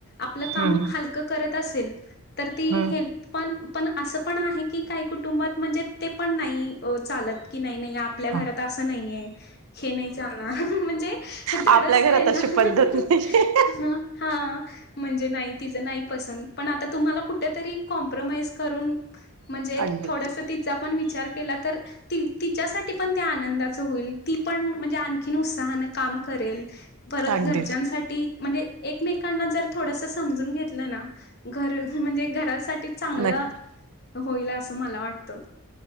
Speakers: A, on the left; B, on the right.
A: आपलं काम
B: हम्म
A: हल हलक करत असे तर ती
B: हम्म
A: हेल्प पण, पण असं पण आहे की काही कुटुंबात म्हणजे ते पण नाही. चालत की नाही, नाही आपल्या घरात
B: हा
A: असं नाही आहे हे नाही चालणार म्हणजे हे थोडस
B: आपल्या घरात
A: आहे ना
B: अशी पद्धत नाही
A: हां म्हणजे नाही तिचं नाही पसंत पण आता तुम्हाला कुठेतरी कॉम्प्रोमाइज करून म्हणजे
B: अगदी
A: थोडस तिचा पण विचार तिच्या पण आनंदाच होईल ती पण म्हणजे आ आणखी उत्साहने काम करेल परत
B: अगदीच
A: घरच्यांसाठी म्हणजे एकमेकांना जर थोडस समजून घेतलं ना घर म्हणजे घरासाठी चांगलं
B: नक्की
A: <inaudible> होईल असं मला वाटतं.